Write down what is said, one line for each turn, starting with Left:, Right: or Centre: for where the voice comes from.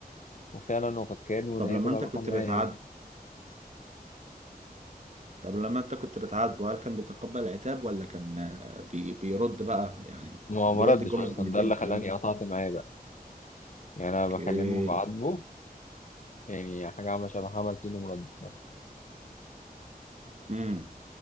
Left: وفعلا وقد كان ونهيت
Right: طب لما
Left: العلاقه
Right: انت كنت
Left: معاه
Right: بتعدي
Left: يعني.
Right: طب لما انت كنت بتعاتبه هل كان بيتقبل العتاب ولا كان آه، بي بيرد بقى يعني
Left: ما
Right: بيرد
Left: ما ردش
Right: الجملة
Left: اصلا
Right: بجملتين
Left: ده اللي
Right: والكلام
Left: خلاني
Right: ده
Left: قطعت معاه بقى يعني انا بكلمه
Right: اوكي
Left: بعاتبه يعني حاجة عاملة شبه حمل سين ومردش مثلا
Right: امم